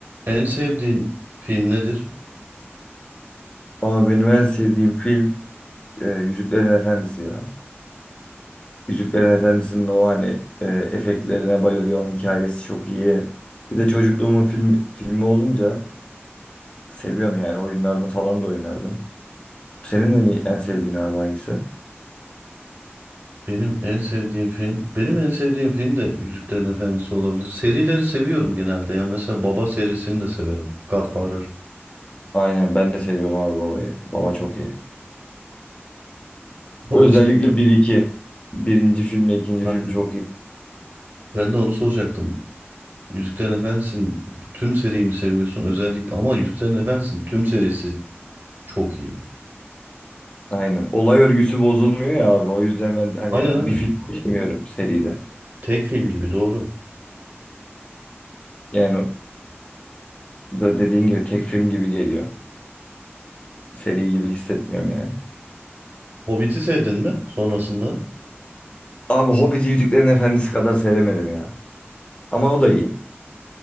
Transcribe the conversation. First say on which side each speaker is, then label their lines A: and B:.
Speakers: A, on the right; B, on the left.
A: En sevdiğin film nedir?
B: Ama benim en sevdiğim film e, Yüzüklerin Efendisi ya. Yüzüklerin Efendisi'nin o hani e, efektlerine bayılıyorum. Hikayesi çok iyi. Bir de çocukluğumun film, filmi olunca seviyorum yani. Oyunlarını falan da oynardım. Senin en, iyi- en sevdiğin abi hangisi?
A: Benim en sevdiğim film, benim en sevdiğim film de Yüzüklerin Efendisi olabilir. Serileri seviyorum genelde ya. Mesela Baba serisini de severim. Godfather.
B: Aynen ben de seviyorum abi babayı. Baba çok iyi.
A: <laughs>
B: Özellikle bir iki. Birinci filmle ikinci
A: Aynen.
B: film çok iyi.
A: Ben de onu soracaktım. Yüzüklerin Efendisi'nin tüm seriyi mi seviyorsun? Özellikle ama Yüzüklerin Efendisi'nin tüm serisi çok iyi.
B: Aynen. Olay örgüsü bozulmuyor ya abi. O yüzden ben hani
A: Aynen
B: bir
A: aynen.
B: film seçemiyorum seride.
A: Tek film gibi doğru.
B: Yani de- dediğin gibi tek film gibi geliyor. seri gibi hissetmiyorum yani.
A: Hobbit'i sevdin mi sonrasında?
B: Abi Hobbit'i Yüzüklerin Efendisi kadar sevemedim ya. Ama o da iyi.